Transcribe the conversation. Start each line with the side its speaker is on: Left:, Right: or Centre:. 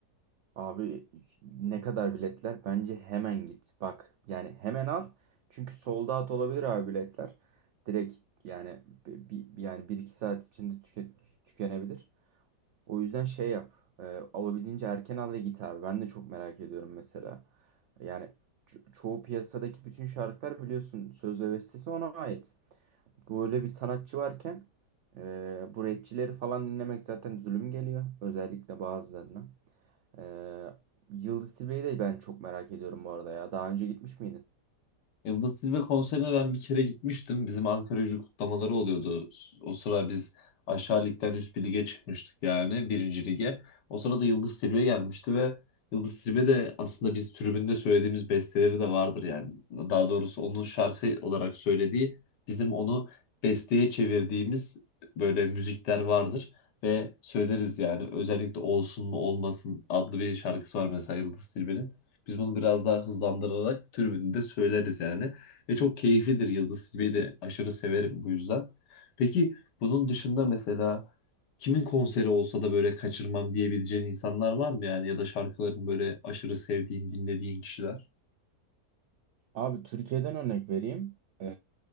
Right: Abi ne kadar biletler? Bence hemen git. Bak yani hemen al. Çünkü sold out olabilir abi biletler. Direkt yani bir, yani bir iki saat içinde tüke, tükenebilir. O yüzden şey yap. E, alabildiğince erken al ve git abi. Ben de çok merak ediyorum mesela. Yani ço- çoğu piyasadaki bütün şarkılar biliyorsun söz ve bestesi ona ait. Böyle bir sanatçı varken e, bu rapçileri falan dinlemek zaten zulüm geliyor. Özellikle bazılarına. E, Yıldız Tilbe'yi de ben çok merak ediyorum bu arada ya. Daha önce gitmiş miydin?
Left: Yıldız Tilbe konserine ben bir kere gitmiştim. Bizim Ankara Gücü kutlamaları oluyordu. O sıra biz aşağı ligden üst bir lige çıkmıştık yani birinci lige. O sırada Yıldız Tilbe gelmişti ve Yıldız Tilbe de aslında biz tribünde söylediğimiz besteleri de vardır yani. Daha doğrusu onun şarkı olarak söylediği bizim onu besteye çevirdiğimiz böyle müzikler vardır. Ve söyleriz yani özellikle Olsun mu Olmasın adlı bir şarkısı var mesela Yıldız Tilbe'nin. Biz bunu biraz daha hızlandırarak tribünde de söyleriz yani. Ve çok keyiflidir Yıldız Tilbe'yi de aşırı severim bu yüzden. Peki bunun dışında mesela kimin konseri olsa da böyle kaçırmam diyebileceğin insanlar var mı yani? Ya da şarkılarını böyle aşırı sevdiğin, dinlediğin kişiler?
Right: Abi Türkiye'den örnek vereyim. E,